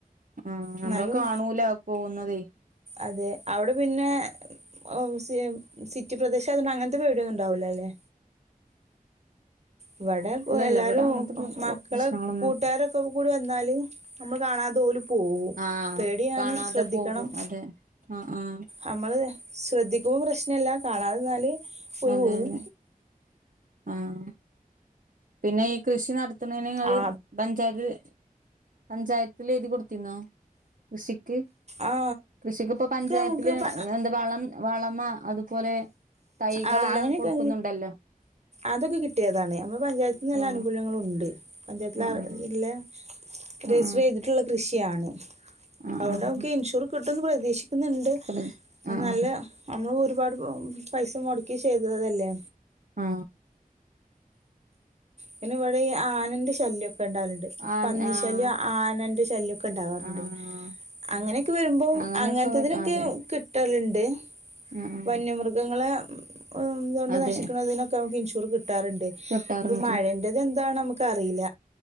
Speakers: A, on the right; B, on the right.
A: ആഹ്
B: എന്നാലും
A: നമ്മള് കാണൂലാ പോകുന്നതേ
B: അതെ അവിടെ പിന്നെ ഏഹ് സി സിറ്റി പ്രദേശായത് കൊണ്ട് അങ്ങനത്തെ പേടിയൊന്നും ഉണ്ടാവില്ലാല്ലേ ഇവിടെ
A: ഇല്ലല്ല
B: എല്ലാരും
A: ഇവിടെ അങ്ങനത്തെ
B: മക്കള്
A: പ്രശ്നങ്ങളൊന്നും
B: കൂട്ടുകാരൊക്കെ കൂടി വന്നാല് നമ്മള് കാണാതെ ഓല് പോവും.
A: ആഹ്
B: പേടിയാണ്
A: കാണാതെ
B: ശ്രദ്ധിക്കണം.
A: പോകും അതെ ആഹ് ആഹ്
B: നമ്മള് ശ്രദ്ധിക്കുമ്പം പ്രശ്നല്ല. കാണാതന്നാല്, ഓല്
A: അതെ
B: പോവും.
A: അതെ ആഹ് പിന്നെ ഈ കൃഷി നട ത്ത്ണേന് ഓല്
B: ആ
A: പഞ്ചായത്ത് പഞ്ചായത്തില് എഴുതി കൊടുത്തിന്നോ? കൃഷി ക്ക്
B: ആ
A: കൃഷിക്ക് ഇപ്പം പഞ്ചായത്തില്
B: നമുക്ക് പ
A: എന്താ വളം വളമ അതുപോലെ തൈകളെല്ലാം
B: ആഹ് അങ്ങന്യൊക്കെ
A: കൊടുക്കുന്നുണ്ടല്ലോ
B: അതൊക്കെ കിട്ടിയതാണ് നമ്മളെ പഞ്ചായത്തിന്ന് എല്ലാ
A: ആഹ്
B: ആനുകൂല്യങ്ങളു ഉണ്ട്. പഞ്ചായത്തിലാ
A: ആഹ്
B: ഇല്ലെ രജിസ്റ്റർ
A: ആഹ്
B: ചെയ്തിട്ടുള്ള കൃഷി ക്കെയാണ്
A: ആഹ്
B: അതൊണ്ട് നമുക്ക് ഇൻഷുർ കിട്ടും ന്ന് പ്രതീ <unintelligible> ക്കുന്നുണ്ട്
A: ആഹ് ആഹ് ആഹ്
B: നല്ല നമ്മള് ഒരു പ പൈസ മുടക്കി ചെയ്തതല്ലേ
A: ആ
B: പിന്നെ ഇവിടെ ഈ ആനന്റെ ശല്യക്കെ ഇണ്ടാവലുണ്ട്
A: ആഹ്
B: പന്നിശല്യം
A: ആഹ്
B: ആനന് ശല്യം ഒക്കെ ഉണ്ടാവാറുണ്ട്
A: ആഹ്
B: അങ്ങനെയൊക്കെ വരുമ്പോം
A: അങ്ങനെയൊക്കെ
B: അങ്ങനത്തതിനൊക്കെ
A: അതെ
B: കിട്ടല്ണ്ട്
A: ആഹ്
B: വന്യമൃഗങ്ങളെ ഇതോണ്ട്
A: അതെ
B: നശിക്കുന്നതിനൊക്കെ നമുക്ക് ഇൻഷുർ കിട്ടാറുണ്ട്
A: കിട്ടാറുണ്ട്
B: മഴന്റെത് എന്താണ് നമ്മക്ക് ക്കറീല്ല